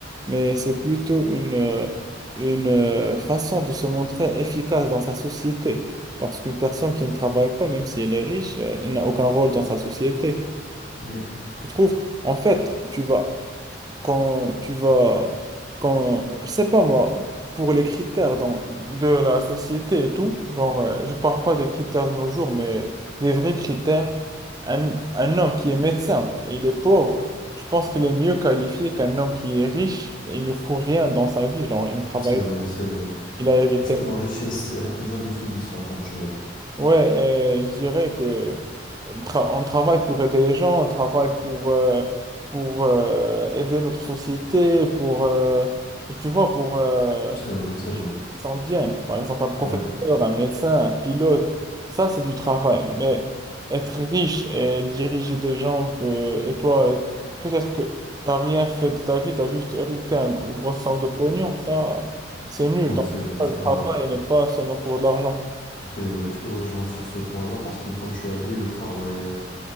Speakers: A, on the right; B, on the left.
A: mais c'est plutôt une, euh, une euh, façon de se montrer efficace dans sa société. Parce qu'une personne qui ne travaille pas, même si elle est riche, euh, elle n'a aucun rôle dans sa société.
B: Oui.
A: Je trouve, en fait, tu vas quand tu vas, quand, je sais pas moi, pour les critères dans- de la société et tout, genre, euh, je parle pas des critères de nos jours, mais des vrais critères, un, un homme qui est médecin et il est pauvre, je pense qu'il est mieux qualifié qu'un homme qui est riche et il ne fout rien dans sa vie, genre, il ne travaille,
B: C'est vrai,
A: pas,
B: c'est vrai.
A: il a hérité.
B: Parce que la richesse, elle a plusieurs définitions, comme tu as dit.
A: Ouais, euh, je dirais que euh, tra- on travaille pour aider les gens, on travaille pour, euh, pour euh, aider notre société, pour, euh, tu vois, pour euh, faire
B: C'est vrai, c'est
A: des
B: vrai.
A: choses qui sont bien. Par exemple, un professeur,
B: Ouais,
A: un médecin, un pilote, ça, c'est du travail. Mais être riche et diriger des gens, peut- et toi, peut-être que tu n'as rien fait de ta vie, tu as juste hérité un gros- une grosse somme de pognon, ça, c'est nul.
B: ouais,
A: Donc,
B: c'est vrai, ça,
A: le travail
B: ouais.
A: n'est pas seulement pour de l'argent.
B: C'est vrai, je te rejoins sur ce point-là parce que, comme tu as dit, le travail, euh,